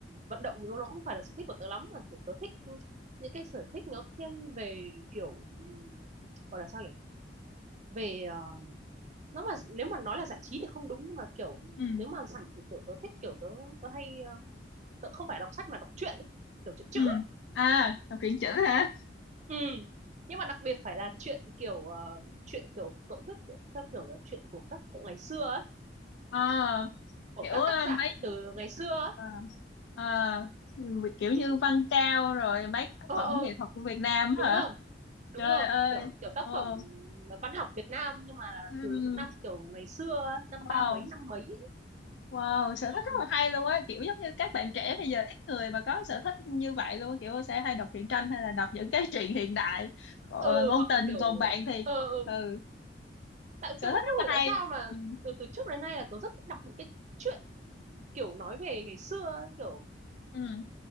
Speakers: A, on the right; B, on the left.
A: vận động nó cũng không phải là sở thích của tớ lắm mà kiểu tớ thích những cái sở thích nó thiên về kiểu ừm, gọi là sao nhỉ về ờ, nó mà nếu mà nói là giải trí thì không đúng nhưng mà kiểu
B: Ừ.
A: nếu mà rảnh thì kiểu tớ thích kiểu tớ tớ hay ờ, tớ không phải đọc sách mà đọc truyện ấy, kiểu truyện chữ
B: Ừ. À, đọc truyện chữ hả?
A: ừ. nhưng mà đặc biệt phải là chuyện kiểu ờ, chuyện kiểu cậu biết kiểu, theo kiểu là chuyện của các cụ ngày xưa ấy,
B: Ờ,
A: của
B: kiểu
A: các
B: ờ,
A: tác giả
B: mấy
A: từ ngày xưa ấy.
B: ờ, ờ, kiểu như
A: ừ.
B: Văn Cao rồi mấy tác
A: ờ
B: phẩm
A: ờ
B: nghệ thuật của Việt Nam
A: đúng
B: hả?
A: rồi đúng
B: Trời
A: rồi
B: ơi.
A: kiểu kiểu tác
B: Ồ.
A: phẩm văn học Việt Nam nhưng mà là
B: Ừ.
A: từ những năm kiểu ngày xưa ấy, năm ba
B: Wow.
A: mấy năm mấy ấy.
B: Wow, sở
A: ừ.
B: thích rất là hay luôn á, kiểu giống như các bạn trẻ bây giờ ít người mà có sở thích như vậy luôn á, kiểu sẽ hay đọc truyện tranh hay là đọc những cái <laughs> truyện hiện đại, còn,
A: ừ
B: ngôn
A: hoặc
B: tình,
A: là kiểu
B: còn bạn thì
A: ờ ừ,
B: ừ,
A: tại
B: sở
A: tôi cũng
B: thích rất
A: không hiểu
B: là
A: tại
B: hay.
A: sao là
B: Ừ,
A: từ từ trước đến nay là tôi rất thích đọc những cái chuyện kiểu nói về ngày xưa ấy, kiểu
B: ừ,